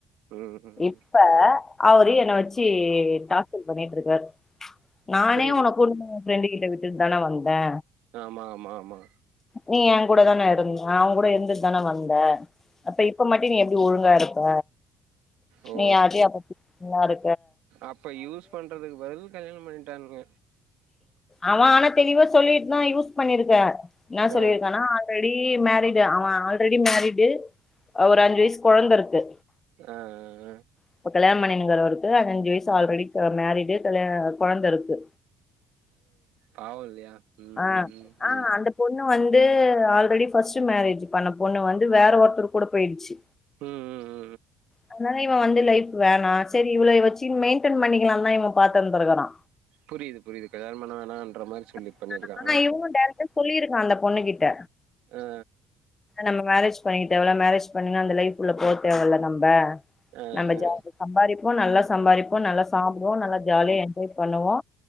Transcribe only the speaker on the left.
இப்ப அவரு என்ன வச்சு டார்ச்சர் பண்ணிட்டுருக்காரு நானே
உனக்குன்னு ஃபரெண்டு கிட்ட விட்டுட் தான வந்தே
நீ ஏங்கூட தானே இருந்த அவங்க கூட இருந்துட்டு தானே வந்த அப்ப இப்ப மட்டு நீ எப்படி ஒழுங்கா இருப்ப
நீ யார்டையு அப்ப <unintelligible> இரு
அவெ ஆனா தெளிவா சொல்லிட்டு தா யூஸ் பண்ணிருக்க என்ன
சொல்லிருக்கானா ஆல்ரெடி மேரிடு அவே ஆல்ரெடி மேரிடு ஒரு அஞ்சு வயசு கொழந்த இருக்கு
இப்ப கல்யாண பன்ணிணுங்குரவருக்கு அஞ்சு வயசு ஆல்ரெடி மேரிடு கல்யான கொழந்த இருக்கு
ஆ
ஆ
அந்த பொண்ணு வந்து ஆல்ரெடி ஃபர்ஸ்ட் மேரேஜ் பண்ண பொண்ணு வந்து வேற ஒருத்தருக்கு கூட போயிடுச்சு
அதுனாலா இவ வந்து லைஃப் வேணா சரி இவள வச்சுனுடு மெயின்டென் பண்ணிக்கலா தா இவ பாத்துந்தருக்கா
<inaudible>
ஆனா
இவனு டேரெக்டா சொல்லிருக்கா அந்த பொண்ணு கிட்ட
நம்ம மேரேஜ் பண்ணிக்க தேவல மேரேஜ் பண்ணா அந்த லைஃப்ள்ள போக தேவல நம்ப
நம்ம
ஜாலி சம்பாரிப்போ நல்லா சம்பாரிப்போ நல்லா சாப்பிடுவோ நல்லா ஜாலியா என்ஜாய் பண்ணுவோ